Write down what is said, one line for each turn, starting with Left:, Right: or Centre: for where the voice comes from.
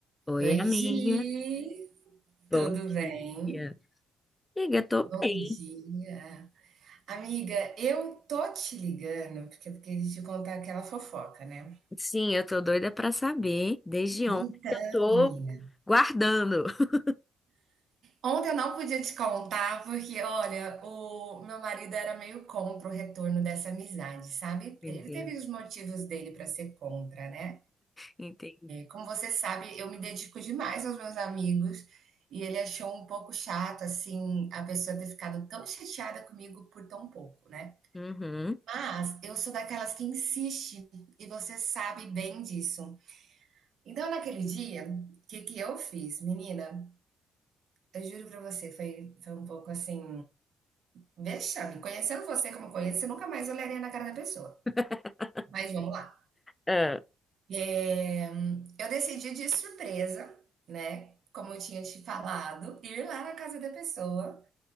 Left: Oi,
Right: Oi,
Left: amiga.
Right: Gi,
Left: Bom
Right: tudo bem?
Left: dia. Amiga, eu tô
Right: Bom
Left: bem.
Right: dia. Amiga, eu tô te ligando porque eu queria te contar aquela fofoca, né?
Left: Sim, eu tô doida pra saber desde
Right: Então,
Left: ontem que eu tô
Right: menina,
Left: guardando. <laughs>
Right: ontem eu não podia te contar porque, olha, o meu marido era meio contra o retorno dessa amizade, sabe?
Left: Entendi,
Right: Ele teve os motivos dele pra ser contra, né?
Left: entendi.
Right: Como você sabe, eu me dedico demais aos meus amigos e ele achou um pouco chato, assim, a pessoa ter ficado tão chateada comigo por tão pouco, né?
Left: Uhum.
Right: Mas eu sou daquelas que insiste, e você sabe bem disso. Então, naquele dia, o que que eu fiz? Menina, eu juro pra você, foi, foi um pouco assim, vexame. Conhecendo você como eu conheço, eu nunca mais olharia na cara da pessoa.
Left: <laughs>
Right: Mas vamos lá.
Left: Ah,
Right: É, eu decidi de surpresa, né? Como eu tinha te falado, ir lá na casa da pessoa